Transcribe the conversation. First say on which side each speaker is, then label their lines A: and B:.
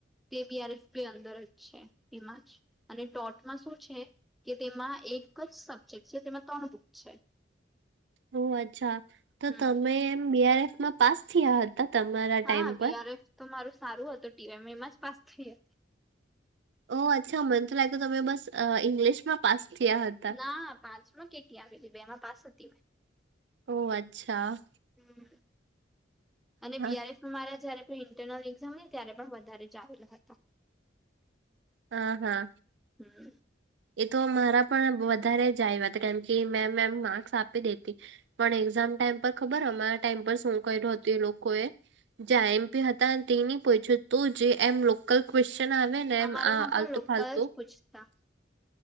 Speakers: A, in the centre; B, on the right.
A: તે બીઆરફ પી અંદર જ છે તેમાં જ. અને ટોટમાં શું છે કે તેમાં એક જ સબ્જેક્ટ છે તેમાં તણ બુક છે.
B: ઓ અચ્છા! તો
A: હમ
B: તમે એમ બીઆરએફમાં પાસ થીયા હતા? તમારા ટાઈમ
A: હા બીઆર
B: પર
A: એફ તો મારું સારું હતું, ટીવીમાં એમાં જ પાસ થઈ હતી.
B: ઓ અચ્છા! મને તો લાગ્યુ તમે બસ અ ઈંગ્લિશમાં પાસ થીયા હતા.
A: ના પાંચમાં કેટી આવેલી બેમાં પાસ હતી મે.
B: ઓહ અચ્છા!
A: મ્મ અને
B: હા
A: બીઆરએફમાં મારા જયારે ઇન્ટરનલ એક્ઝામ ન ત્યારે પણ વધારે ચ આવેલા હતા.
B: હા હા
A: હમ
B: એ તો મારા પણ વધારે જ આયવા હતા કેમ કે મે એમ માર્ક્સ આપી દેતી. પણ એક્ઝામ ટાઈમ પર ખબર અમારા ટાઈમ પર શું કયરુ તું એ લોકોએ જે આઇએમપી હતા તેની પૂયછૂ તું જે એમ લોકલ ક્વેશ્ચન આવે ને
A: અમારામાં
B: એમ આ
A: પણ
B: આલતું-ફાલતુ
A: લોકલ જ પૂછતા